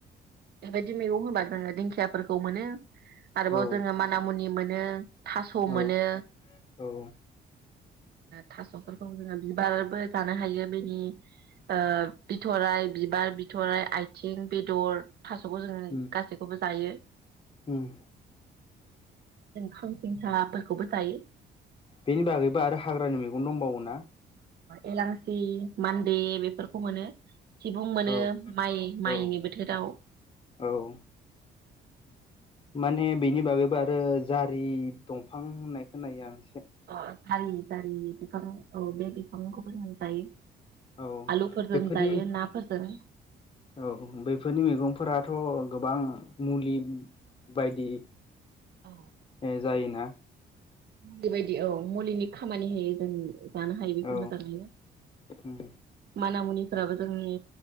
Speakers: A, on the right (about 60°); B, on the left (about 30°).
A: बेबायदि मैगं होबा जोङो दिंखियाफोरखौ मोनो। आरोबाव
B: औ
A: जोङो मानामुनि मो नो। थास'
B: औ
A: मोनो।
B: औ
A: थास'फोरखौ जोङो बिबारबो जानो हायो बेनि ओ बिथ'राय, बिबार, बिथ'राय, आइथिं, बेदर थास'खौ जोङो
B: उम
A: गासैखौबो जायो।
B: उम।
A: <inaudible> फेंखाफोरखौबो जायो।
B: बेनि बागैबो आरो हाग्रानि मैगं दंबावोना?
A: एलांसि, मान्दे बेफोरखौ मोनो। सिबुं मोनो
B: औ
A: माइ
B: औ
A: माइनि बोथोराव।
B: औ माने बेनि बागैबो आरो जारि दंफां होननाय खोनायो आं।
A: ओ जारि जारि बिफां औ बे बिफांखौबो जों जायो।
B: औ
A: आलुफोरजों
B: बेफोरनि
A: जायो नाफोरजों
B: औ बेफोरनि मैगंफोरा थ' गोबां मुलि बायदि
A: औ
B: ओ जायोना।
A: मुलि बायदि औ मुलिनि खामानि होयो जोंनि जानो हायो बेखौ
B: औ
A: मोजाङैनो।
B: उम
A: माना मुनिफ्राबो जोंनि